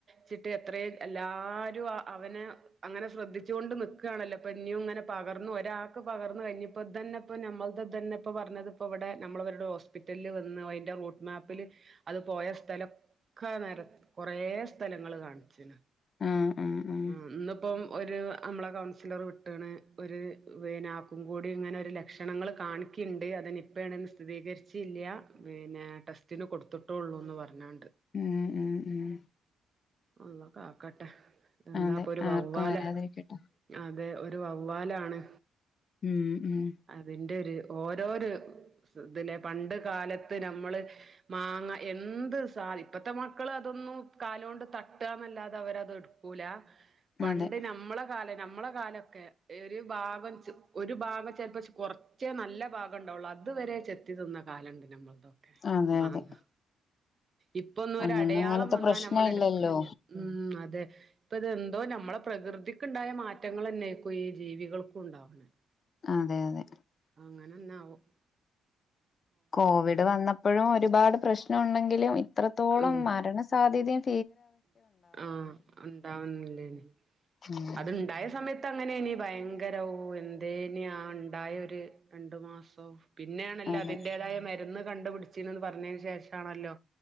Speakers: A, on the right; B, on the left.
A: ചിട്ട് എത്രയും എല്ലാരും അവനെ അങ്ങനെ ശ്രദ്ധിച്ചുകൊണ്ട് നി ക്കാണല്ലോ അപ്പൊ ഇന്നും ഇങ്ങനെ പകർന്നു ഒരാൾക്ക് പകർന്നു കഴിഞ്ഞപ്പോ തന്നെ ഇപ്പോ നമ്മൾ തന്നെ ഇപ്പോ പറഞ്ഞത് ഇപ്പ ഇവിടെ നമ്മൾ അവരുടെ ഹോസ്പിറ്റലില് വന്ന് അതിന്റെ റൂട്ട് മാപ്പില് അത് പോയ സ്ഥലൊക്കെ നേര കൊറേ സ്ഥലങ്ങള് കാണിച്ചീണ്
B: ആഹ് ആഹ് ആഹ്
A: ആ ഇന്ന്പ്പം ഒരു അമ്മളെ കൗൺസിലർ വിട്ട്ണ്. ഒരു പിന്നെ ആക്കും കൂടി ഇങ്ങനെ ഒരു ലക്ഷണങ്ങള് കാണിക്കിണ്ട്. അതിനി നിപ്പ ആണെന്ന് സ്ഥിരീകരിച്ചല്ല പിന്നെ ടെസ്റ്റിന് കൊടുത്തിട്ടോള്ളൂന്ന് പർഞ്ഞാണ്ട്.
B: ഉം ഉം ഉം.
A: അള്ളൊ കാക്കട്ടെ. എന്താപ്പൊ
B: അതെ
A: ഒരു
B: ആർക്കും
A: വവ്വാല
B: വരാതിരിക്കട്ടെ
A: അതെ ഒരു വവ്വ വാലാണ്.
B: ഉം ഉം
A: അതിന്റെ ഒരു ഓ ഓരോരു ഇതിലെ പണ്ട് കാലത്ത് നമ്മള് മാങ്ങ എന്ത് സ ഇപ്പത്തെ മക്കൾ അതൊന്നും കാല കൊണ്ട് തട്ടുക എന്നല്ലാതെ അവരത് എടു ക്കൂല. പണ്ട്
B: അതെ
A: നമ്മളെ കാല നമ്മളെ കാലൊക്കെ ഒരു ഭാഗം ഒരു ഭാഗം ചെലപ്പ കുറച്ചേ നല്ല ഭാഗം ഉണ്ടാവുള്ളു അതുവരെ ചെത്തി തിന്ന കാലമുണ്ട്. നമ്മളതൊക്കെ
B: അതെ
A: മാങ്ങ
B: അതെ
A: ഇപ്പൊന്നും
B: അന്നൊന്നും
A: ഒരു അടയാളം
B: അങ്ങനത്തെ
A: വന്നാ
B: പ്രശ്നം
A: നമ്മൾ
B: ഇല്ലല്ലോ
A: എടുക്കണില്ലേ ഉം അതെ. ഇപ്പ ഇതെന്തോ നമ്മളെ പ്രകൃതിക്കുണ്ടായ മാറ്റങ്ങൾന്നെ ആക്കും ഈ ജീവികൾക്കും ഉണ്ടാവണെ
B: അതെ അതെ.
A: അങ്ങനെന്നാവും.
B: കോവിഡ് വന്നപ്പോഴും ഒരുപാട് പ്രശ് പ്രശ്നമുണ്ടെങ്കിലും എത്രത്തോളം
A: ഉം
B: മരണ സാധ്യതയും
A: ആഹ് ഇണ്ടാവുന്നില്ലേ ഉം
B: ഉം
A: അത്ണ്ടായ സമയത്ത് ഇപ്പങ്ങനേനി ഭയങ്കര്വാ എന്തേനി ആഹ് ഇണ്ടായൊര് രണ്ട് മാസൊം. പിന്നെ ആണല്ലോ
B: അതെ
A: അതിന്റേതായ മരുന്ന് കണ്ടുപിടിച്ചീന്നത് പറഞ്ഞതിന് ശേഷാണല്ലോ